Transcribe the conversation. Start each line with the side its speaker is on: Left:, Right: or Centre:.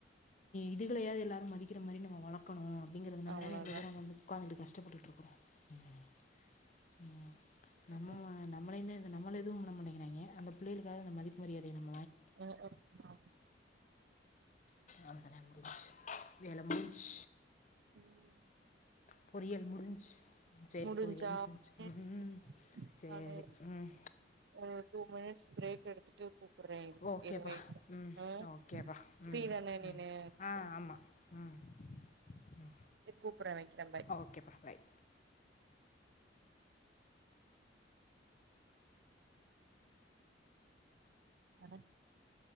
Left: இதுகளையாவது எல்லாரு மதிக்ற மாதிரி நம்ம வளக்கனு அப்டிங்றதுனால
Right: அவ்ளோதா
Left: தானே இவ்ளோ தூரோ வந்து உக்காந்துங்கிட்டு கஷ்டப்பட்டுட்டு இருக்றோ ம் ம் நம்ம
Right: ம்
Left: நம்மளேந்து நம்மள எதுவு பண்ண மாட்டேங்குறாங்க <unintelligible> அந்த புள்ளைகளுக்காவது அந்த மதிப்பு மரியாதய நாம
Right: அ அ ஆமா
Left: அவ்ளோ தா முடிஞ்சு வேல முடிஞ்சு
Right: உம்
Left: பொறியல் முடிஞ்சு சேரி
Right: முடிஞ்சா
Left: பொறியல் முடிஞ்சு
Right: சேரி
Left: உம்
Right: இரு
Left: சேரி
Right: நானு
Left: உம்
Right: ஒரு டூ மினிட்ஸ் பிரேக் எடுத்துட்டு கூப்புட்றே இரு
Left: ஓகேப்பா
Right: இரு வெயிட் பண்ணு
Left: ம்
Right: ஆ
Left: ஓகேப்பா ம்
Right: ஃப்ரீ தான நீனு
Left: ம்
Right: கூப்புட்றே
Left: அ ஆமா ம் ம்
Right: கூப்புட்றே வெக்கிறே
Left: ஓகேப்பா பாய்
Right: <unintelligible>